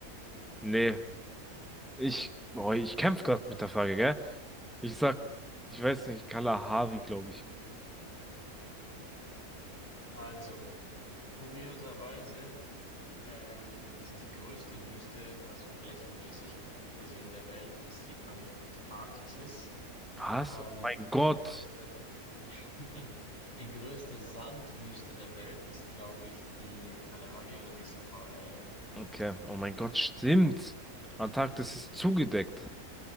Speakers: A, in the centre; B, on the left.
A: nee, ich, oh, ich kämpf grad mit der Frage, gell? Ich sag, ich weiß nicht, Kalahari, glaube ich.
B: Also, kurioserweise ähm, ist die größte Wüste, also flächenmäßig gesehen der Welt, ist die Antarktis.
A: Was?
B: Ähm,
A: Oh mein Gott.
B: die größte, <laughs> die größte Sandwüste der Welt ist, glaube ich, die Kalahari oder die Sahara, ja.
A: Okay, oh mein Gott, stimmt. Antarktis ist zugedeckt.